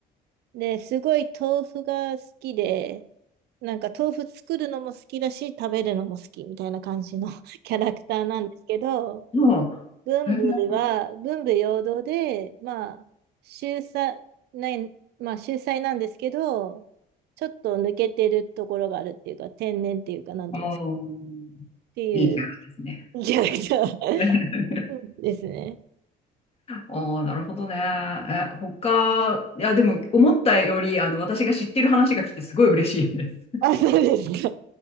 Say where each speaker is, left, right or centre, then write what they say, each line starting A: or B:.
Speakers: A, on the right; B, on the left.
A: で、すごい豆腐が好きで、なんか豆腐作るのも好きだし、食べるのも好きみたいな感じの <laughs> キャラクターなんですけど、
B: そう。
A: 文武は、
B: えー
A: 文武両道で、まあ、秀才、ない、まあ、秀才なんですけど、ちょっと抜けてるところがあるっていうか、天然っていうか、なんていうんですか、
B: もうん
A: っていう
B: いいキャラですね。
A: キャラクタ
B: <laughs>
A: ー <laughs> ですね。
B: ああ、なるほどね。え、他、いや、でも、思ったより、あの、私が知ってる話が来て、すごい嬉しいです。
A: あ、そうですか。